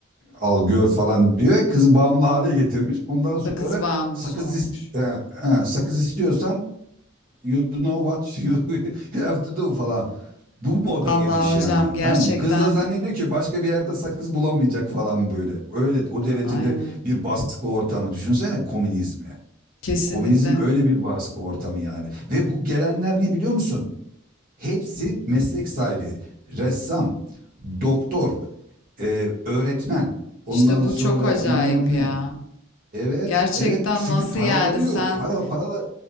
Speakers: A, on the right; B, on the left.
A: al gör falan diyor. Kızı bağımlı hale getirmiş. Ondan
B: Sakız
A: sonra
B: bağımlısı
A: sakız
B: olmuş.
A: ist e, e, sakız istiyorsan you know what you <laughs> have to do falan. Bu moda
B: Vallahi
A: girmiş yani.
B: hocam gerçekten
A: Tamam mı? Kız da zannediyor ki başka bir yerde sakız bulamayacak falan böyle. Öyle o derecede
B: Aynen.
A: bir baskı ortamı. Düşünsene komünizmi.
B: Kesinlikle.
A: Komünizm öyle bir baskı ortamı yani. Ve bu gelenler ne biliyor musun? Hepsi meslek sahibi, ressam, doktor, e, öğretmen, ondan
B: İşte
A: sonra
B: bu çok acayip
A: bilmem
B: ya.
A: ne, Evet,
B: Gerçekten
A: evet çünkü
B: nasıl
A: paraları
B: yani
A: yok.
B: sen
A: Para paralar